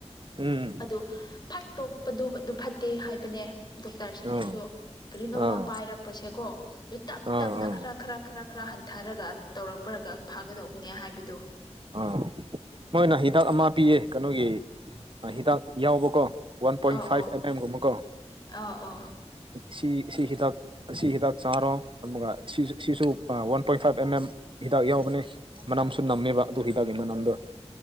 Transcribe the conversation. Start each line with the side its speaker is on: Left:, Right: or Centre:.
Right: ꯎꯝ
Left: ꯑꯗꯨ ꯐꯠꯇꯣꯛꯄꯗꯨ ꯑꯗꯨ ꯐꯠꯇꯦ ꯍꯥꯏꯕꯅꯦ ꯗꯣꯛꯇꯔꯁꯤꯡꯅꯁꯨ
Right: ꯑꯥ
Left: ꯀꯔꯤꯅꯣꯝꯃ
Right: ꯑꯥ
Left: ꯄꯥꯏꯔꯛꯄꯁꯦꯀꯣ ꯑꯗꯨ ꯇꯞ
Right: ꯑꯥ
Left: ꯇꯞꯅ
Right: ꯑꯥ
Left: ꯈꯔ ꯈꯔ ꯈꯔ ꯈꯔ ꯍꯟꯊꯔꯒ ꯇꯧꯔꯛꯄꯔꯒ ꯐꯥꯒꯗꯧꯕꯅꯦ ꯍꯥꯏꯕꯗꯨ
Right: ꯑꯥ ꯃꯣꯏꯅ ꯍꯤꯗꯥꯛ ꯑꯃ ꯄꯤꯌꯦ ꯀꯩꯅꯣꯒꯤ ꯍꯤꯗꯥꯛ ꯌꯥꯎꯕꯀꯣ ꯋꯥꯟ ꯄꯣꯏꯟ
Left: ꯑꯧ
Right: ꯐꯥꯏꯚ
Left: ꯑꯧ
Right: ꯑꯦꯝ ꯑꯦꯝꯒꯨꯝꯕ ꯀꯣ
Left: ꯑꯧ ꯑꯧ
Right: ꯁꯤ ꯁꯤ ꯍꯤꯗꯥꯛ ꯁꯤ ꯍꯤꯗꯥꯛ ꯆꯥꯔꯣ ꯑꯗꯨꯒꯁꯨ ꯁꯤꯁꯨ one point five M M ꯍꯤꯗꯥꯛ ꯌꯥꯎꯕꯅꯦ ꯃꯅꯝꯁꯨ ꯅꯝꯃꯦꯕ ꯑꯗꯨ ꯍꯤꯗꯥꯛꯀꯤ ꯃꯅꯥꯝꯗꯣ
Left: ꯎꯝ ꯎꯝ